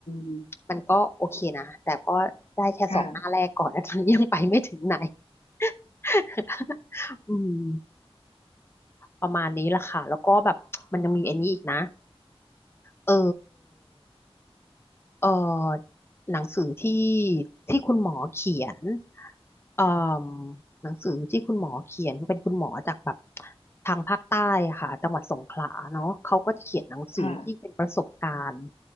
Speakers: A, on the left; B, on the left.
A: ม
B: มันก็โอเคนะแต่ก็ได้แค่สองหน้าแรกก่อนนะ
A: ค่ะ
B: <laughs> ตอนนี้ยังไปไม่ถึงไหน <laughs> อืมประมาณนี้ละค่ะแล้วก็แบบมันยังมีอันนี้อีกนะเออ เอ่อหนังสือที่ที่คุณหมอเขียนเอ่อหนังสือที่คุณหมอเขียนเป็นคุณหมอจากแบบทางภาคใต้อะค่ะจังหวัดสงขลาเนาะเขาก็จะเขียนหนังสือที่เป็นประสบการณ์
A: ค่ะ